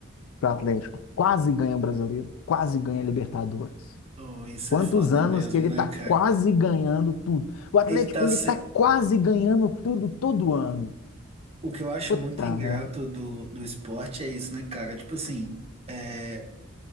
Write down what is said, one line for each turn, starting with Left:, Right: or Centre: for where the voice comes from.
Left: que o Atlético quase ganha o Brasileiro, quase ganha a Libertadores?
Right: Oh, isso
Left: Quantos
Right: é foda
Left: anos
Right: mesmo,
Left: que ele
Right: né,
Left: tá
Right: cara?
Left: quase ganhando tudo? O Atlético,
Right: Ele tá
Left: ele
Right: sem...
Left: tá quase ganhando tudo todo ano.
Right: O que eu acho
Left: Puta,
Right: muito ingrato
Left: né?
Right: do, do esporte é isso, né, cara? Tipo assim, é...